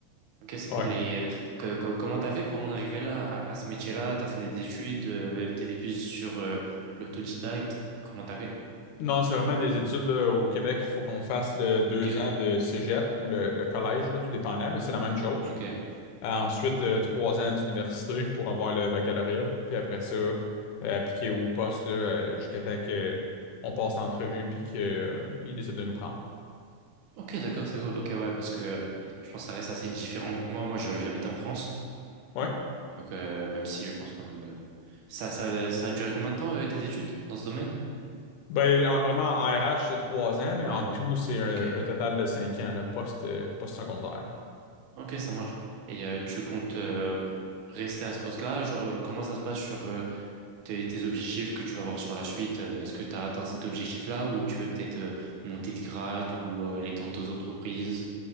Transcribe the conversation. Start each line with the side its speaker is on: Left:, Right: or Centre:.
Right: Ok, c'est cool.
Left: Ouais.
Right: Et euh, que- que- comment t'as fait pour en arriver là, à, à ce métier-là? T'as fait des études, euh, t'étais plus sur euh, l'autodidacte. Comment t'as fait?
Left: Non, c'est vraiment des études là, au Québec, il faut qu'on fasse le deux
Right: Ok,
Left: ans de cégep ou le, le collège, là, tout dépendant, mais c'est la même chose.
Right: ok.
Left: Euh, ensuite, euh, trois ans d'université pour avoir le baccalauréat. Puis après ça, euh, appliquer au poste là, euh, jusqu'à temps que on passe l'entrevue puis qu'ils décident de nous prendre.
Right: Ok, d'accord, c'est cool. Ok, ouais, parce que euh, je pense que ça reste assez différent que moi. Moi, je- j'habite en France.
Left: Ouais.
Right: Donc, euh, même si je pense quand même. euh, ça, ça, ça a duré combien de temps, euh, tes études dans ce domaine?
Left: Ben, en- vraiment, en RH, c'est trois ans, mais
Right: Ouais,
Left: en tout, c'est un,
Right: ok.
Left: un total de cinq ans, le poste, euh, post-secondaire.
Right: Ok, ça marche. Et euh, tu comptes euh, rester à ce poste-là? Genre, euh, comment ça se passe sur euh, tes, tes objectifs que tu vas avoir sur la suite. euh, Est-ce que tu as atteint cet objectif-là ou tu veux peut-être euh, monter de grade ou euh, aller dans d'autres entreprises?